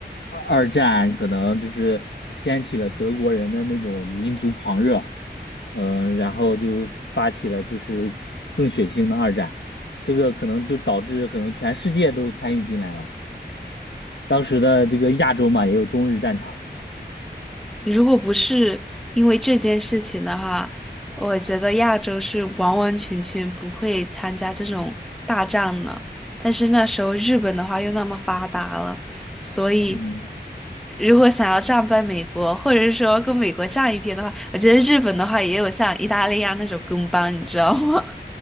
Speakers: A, on the left (about 75°); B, in the centre.
A: 二二战可能就是掀起了德国人的那种民族狂热，嗯、然后就发起了就是更血腥的二战，这个可能就导致可能全世界都参与进来了。当时的这个亚洲嘛，也有中日战场，
B: 如果不是因为这件事情的话，我觉得亚洲是完完全全不会参加这种大战的。但是那时候日本的话又那么发达了，所以
A: 嗯。
B: 如果想要战败美国，或者是说跟美国站一边的话，我觉得日本的话也有像意大利啊那种跟班，你知道吗？